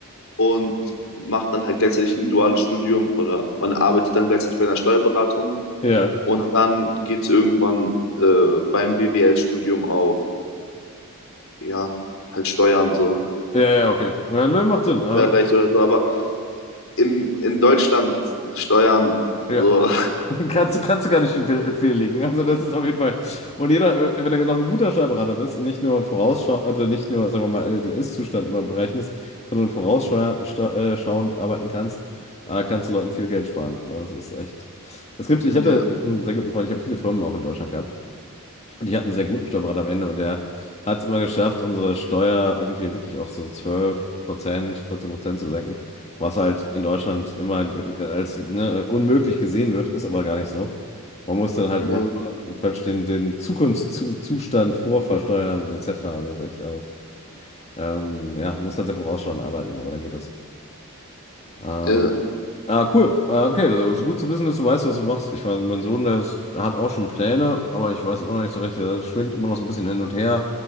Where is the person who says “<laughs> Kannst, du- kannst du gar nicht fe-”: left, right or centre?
Left